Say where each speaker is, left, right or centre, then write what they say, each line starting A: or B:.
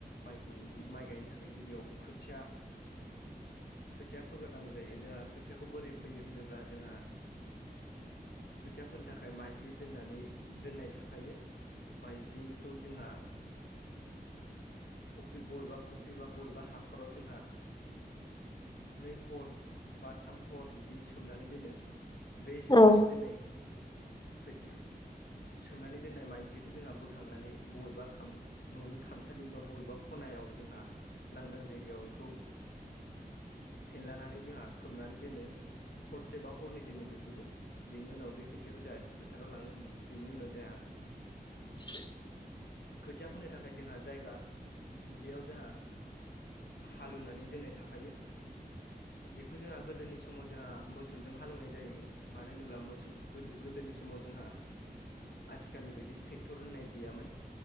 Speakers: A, on the left; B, on the left.
A: माइखौ माइ गायनो थाखाय गिबियाव खोथिया
B: <unintelligible>
A: खोथिया फोगोरनांगौ जायो जोंहा खोथियाखौ बोरै फोयो होनोब्ला जोंहा खोथिया फोनो थाखाय मायज्लि दोननानै दोननाय थाखायो माइज्लिखौ जोंहा फख्रि बबेबा फख्रि बा बबेबा हाखराव जोंहा नै हर बा थाम हर बिदि सोमनानै दोनो। बे सोमनानै
B: औ
A: दोननाय खोथि सोमनानै दोननाय माइज्लिखौ जोंहा बोखांनानै बबेबा खाम न'नि खामसालि बा बबेबा खनायाव आव जोंहा लांदां जायगायाव बेखौ।
B: <unintelligible>
A: फेनलानानै जोंहा खोबनानै दोनो हरसेबा हरनै दोनो बेखौबो बेनि उनाव बे खोथियाखौ जाहा फोथाराव लाङो बेनि उनाव जाहा
B: <unintelligible>
A: खोथिया फोनो थाखाय जोंहा जायगा दुब्लियाव जाहा हालेवनानै दोननाय थाखायो।
B: <unintelligible>
A: बेखौ जोंहा गोदोनि समाव जोंहा मोसौजों हालौवनाय जायोमोन मानो होनोब्ला मोसौ गोदोनि समाव जों जोंहा आथिखालनि बायदि ट्रेक्टर होननाय गैयामोन